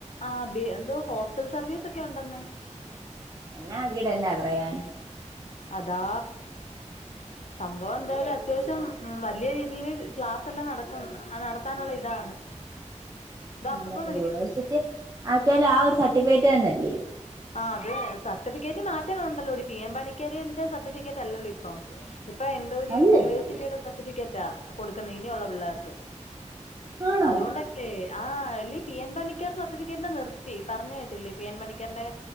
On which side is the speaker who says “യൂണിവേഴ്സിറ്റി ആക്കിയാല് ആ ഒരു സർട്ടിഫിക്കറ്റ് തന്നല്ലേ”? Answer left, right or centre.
Right